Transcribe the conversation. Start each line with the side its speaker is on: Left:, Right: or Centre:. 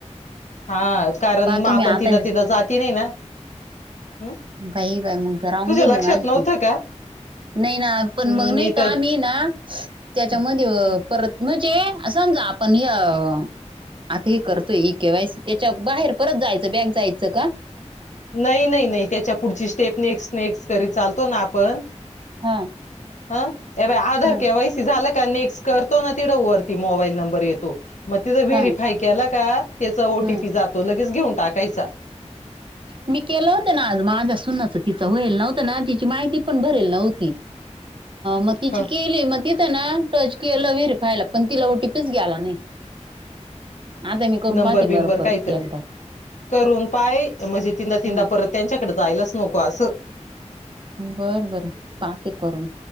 Left: हा कारण
Right: पहा
Left: मग
Right: तुम्ही
Left: आपण
Right: आता
Left: तिनं
Right: हेच
Left: तिनं जाती नाही ना हम्म?
Right: काही काय करा मग तर राहून
Left: तुझ्या
Right: गेली
Left: लक्षात
Right: माझी
Left: नव्हतं
Right: तच
Left: का
Right: नाही ना पण
Left: हम्म,
Right: मग नाही का
Left: तर
Right: मी ना त्याच्यामध्ये
Left: हम्म, हम्म.
Right: परत म्ह. समजा आपण हे आता हे करतोय केवायसी त्याच्या बार. परत जायचं बॅग जायचं का
Left: नाही नाही नाही त्याच्या पुढची स्टेप नेक्स्ट नेक्स कर चालतो ना आपण
Right: हा.
Left: हा ए बाय आधार
Right: हा
Left: के वैसी झालं का नेक्स्ट करतो ना तिड ववरती मोबाईल नंबर येतो. मग तिचा
Right: हा
Left: व्हेरीफाय केला का त्याचा ओटीपी
Right: हा
Left: जातो लगेच घेऊन टाकायचा
Right: मी केलं होतं ना आज माझ सुनाच तिचं होईल नव्हतं ना तिची माहिती. भरेल नव्हती मग तिची
Left: ह
Right: केली मग ति ना टच केलं विर व्हेरिफायला पण तिला ओटीपीच ग्याला नाही. आता मी करून
Left: नंबर
Right: पाहते
Left: बिंबर
Right: बरं परत
Left: काहीतरी
Right: एकदा
Left: करून पाय म्हणजे तीनदा तीनदा
Right: हम्म
Left: परत त्यांच्याकडे जायलाच नको असं.
Right: बर बर पाहते करून